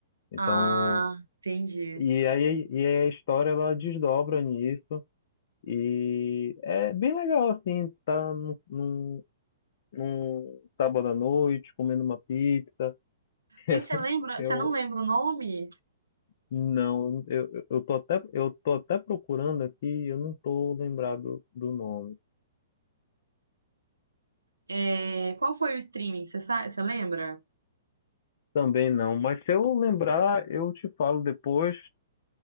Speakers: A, on the left; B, on the right.
A: Então,
B: Ah, entendi.
A: e aí e a história ela desdobra nisso e é bem legal assim, tá num, num, num sábado à noite comendo uma pizza. <laughs>
B: Mas você lembra,
A: Eu
B: você não lembra o nome?
A: não, eu, eu tô até eu tô até procurando aqui, eu não tô lembrado do nome.
B: É, qual foi o streaming? Você sabe, você lembra?
A: Também não, mas se eu lembrar, eu te falo depois.